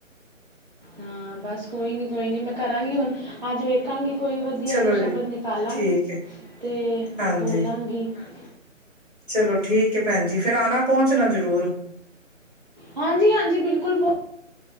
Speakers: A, on the right; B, in the centre.
A: ਹਨ ਬਸ ਕੋਇਨਿ ਕੋਈਨੀ ਮੈ ਕਰਾਂਗੀ ਹੁਣ ਅੱਜ ਵੇਖੰਗੀ ਕੋਈ ਵਧੀਆ
B: ਚਲੋ
A: ਜੇ
B: ਜੀ
A: ਸ਼ਬਦ ਨਿਕਾਲਾਂਗੀ
B: ਠੀਕ ਹੈ
A: ਤੇ
B: ਹਾਂਜੀ
A: ਬੋਲਾਂਗੀ ਠੀਕ ਹ
B: ਚਲੋ ਠੀਕ ਕੇ ਪੈਂਜੀ ਫੇਰ ਅਨਾ ਪੋਚਨਾ ਜਰੂਰ
A: ਹਾਂਜੀ ਹਾਂਜੀ ਬਿਲਕੁਲ ਪੋ